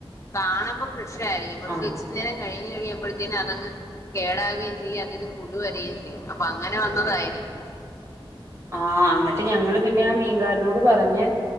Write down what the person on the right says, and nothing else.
ആഹ്
ആഹ് എന്നിട്ട് ഞങ്ങള് പിന്നെ ആ മീൻകാരനോട് പറഞ്ഞ്